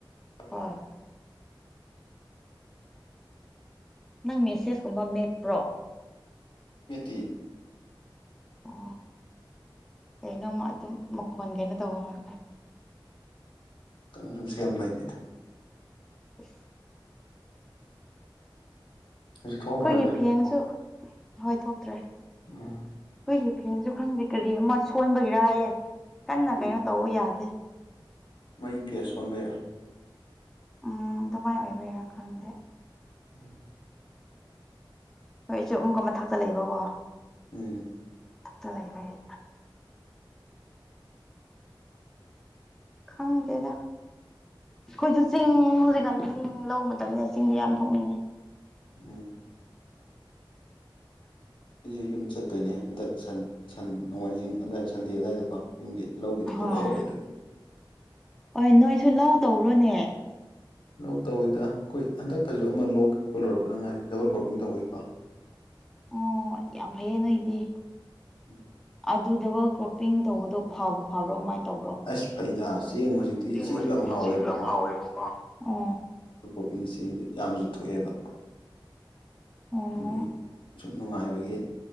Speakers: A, on the left (about 70°); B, in the centre.
A: ꯎꯝ
B: ꯍꯣꯏ ꯅꯪ ꯃꯦꯁꯦꯁꯀꯨꯝꯕ ꯃꯦꯠꯄ꯭ꯔꯣ
A: ꯠꯇ
B: ꯑꯣ ꯀꯩꯅꯣꯃ ꯑꯗꯨꯝ ꯃꯈꯣꯟ ꯀꯩꯅꯣ ꯇꯧꯕ ꯍꯣꯏ
A: ꯀꯩꯅꯣ ꯁꯨꯝ ꯁꯦꯝꯕꯩꯅꯤꯗ
B: <inaudible>
A: ꯍꯧꯖꯤꯛ ꯊꯣꯛꯑꯝꯃꯔꯣꯏꯗ
B: ꯑꯩꯈꯣꯏꯒꯤ ꯐꯦꯟꯁꯨ ꯍꯣꯏ ꯊꯣꯛꯇ꯭ꯔꯦ
A: ꯑ
B: ꯑꯩꯈꯣꯏꯒꯤ ꯐꯦꯟꯁꯨ ꯈꯪꯗꯦ ꯀꯔꯤ ꯑꯃ ꯁꯣꯟꯕꯒꯤꯔ ꯍꯥꯏꯌꯦ ꯀꯟꯅ
A: ꯎꯝ
B: ꯀꯩꯅꯣ ꯇꯧꯕ ꯌꯥꯗꯦ
A: ꯃꯩ ꯐꯦꯁ ꯁꯣꯟꯕꯩꯔꯥ
B: ꯎꯝ ꯑꯗꯨꯃꯥꯏꯅ ꯑꯣꯏꯕꯩꯔꯥ ꯈꯪꯗꯦ
A: ꯎꯝ
B: ꯍꯣꯏꯁꯨ ꯑꯃꯨꯛꯀ ꯃꯊꯛꯇ ꯂꯩꯕꯀꯣ
A: ꯎꯝ
B: ꯊꯛꯇ ꯂꯩꯕꯩ ꯈꯪꯗꯦꯗ ꯑꯈꯣꯏꯁꯨ ꯆꯤꯡ ꯍꯧꯖꯤꯛꯀꯥꯟꯗꯤ ꯆꯤꯡ ꯂꯧ ꯃꯇꯝꯅꯤꯗ ꯆꯤꯡꯗꯤ ꯌꯥꯝ ꯊꯣꯛꯅꯤꯡꯉꯦ
A: ꯎꯝ ꯑꯩꯁꯨ ꯌꯨꯝ ꯆꯠꯇꯣꯏꯅꯦ ꯍꯟꯗꯛ ꯁꯟ ꯁꯟ ꯅꯣꯡꯃꯥꯏꯖꯤꯡ ꯑꯗꯨꯋꯥꯏꯗ ꯁꯟꯗꯦ ꯑꯗꯨꯋꯥꯏꯗꯀꯣ ꯌꯨꯝꯒꯤ ꯂꯧꯒꯤ ꯊꯕꯛ
B: ꯍꯣꯏ
A: ꯍꯧꯔꯛꯑꯦ ꯑꯗꯨꯒꯤ
B: ꯍꯣꯏ ꯅꯣꯏꯁꯨ ꯂꯧ ꯇꯧꯔꯣꯅꯦ
A: ꯂꯩ ꯇꯧꯋꯤꯗ ꯑꯈꯣꯏ ꯍꯟꯗꯛꯇꯁꯨ ꯑꯃ ꯂꯣꯛꯄ ꯂꯣꯏꯔꯛꯄꯗ ꯉꯥꯏꯔꯤ ꯗꯕꯜ ꯀ꯭ꯔꯣꯞꯄꯤꯡ ꯇꯧꯕꯩꯀꯣ <unintelligible>
B: ꯑꯣ ꯌꯥꯝ ꯐꯩꯌꯦ ꯅꯣꯏꯗꯤ
A: ꯎꯝ
B: ꯑꯗꯨ ꯗꯕꯜ ꯀ꯭ꯔꯣꯞꯄꯤꯡ ꯇꯧꯕꯗꯣ ꯐꯕꯨ ꯐꯕ꯭ꯔꯣ ꯀꯃꯥꯏ ꯇꯧꯕ꯭ꯔꯣ
A: ꯑꯁ ꯐꯩꯗ ꯆꯦꯡ ꯍꯧꯖꯤꯛꯇꯤ
B: ꯆꯦꯡ
A: ꯆꯦꯡꯁꯨ
B: ꯍꯧꯖꯤꯛꯇꯤ
A: ꯌꯥꯝ ꯍꯥꯎꯋꯦꯕꯀꯣ
B: ꯆꯦꯡꯗꯣ ꯌꯥꯝ ꯍꯥꯎꯋꯦꯕꯀꯣ ꯑꯣ
A: ꯀ꯭ꯔꯣꯄꯤꯡ ꯆꯦꯡ ꯆꯦꯡꯁꯦ ꯌꯥꯝꯁꯨ ꯊꯣꯛꯑꯦꯕ
B: ꯑꯣ
A: ꯑꯗꯨꯒꯤ ꯁꯨꯝ ꯅꯨꯡꯉꯥꯏꯕꯒꯤ